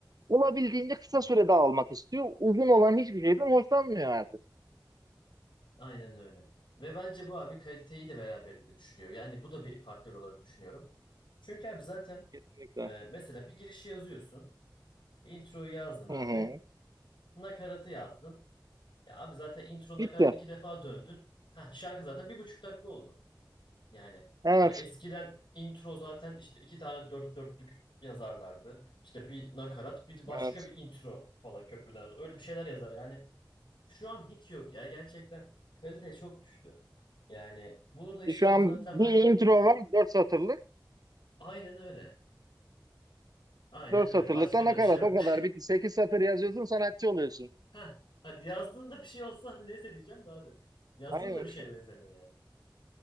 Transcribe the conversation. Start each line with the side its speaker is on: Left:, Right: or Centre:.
Right: olabildiğince kısa sürede almak istiyor. Uzun olan hiçbir şeyden hoşlanmıyor artık.
Left: Aynen öyle. Ve bence bu abi kaliteyi de beraberinde düşürüyor. Yani bu da bir faktör olarak düşünüyorum. Çünkü abi zaten
Right: Kesinlikle.
Left: e, mesela bir girişi yazıyorsun. Introyu yazdın abi.
Right: Hı hı.
Left: Nakaratı yazdın. Ya abi zaten intro nakarat
Right: Bitti.
Left: iki defa döndün. Ha şarkı zaten bir buçuk dakika oldu. Yani
Right: Evet.
Left: hani eskiden intro zaten işte iki tane dört dörtlük yazarlardı. İşte bir nakarat, bir de başka
Right: Evet.
Left: bir intro falan köprüden. Öyle bir şeyler yazar. Yani şu an hiç yok ya. Gerçekten kalite çok düştü. Yani bunu da işte
Right: Şu an
Left: Rıza Temer
Right: bir intro var 4 satırlık.
Left: aynen öyle. Aynen
Right: 4
Left: öyle.
Right: satırlıkta
Left: Başka
Right: nakarat
Left: da bir şey yok.
Right: o kadar bitti. 8 satır yazıyorsun sanatçı oluyorsun.
Left: <laughs> ha hadi yazdığında bir şey olsa hadi neyse diyeceğim de abi. Yazdığında
Right: Aynen.
Left: bir şeye benzemiyor yani.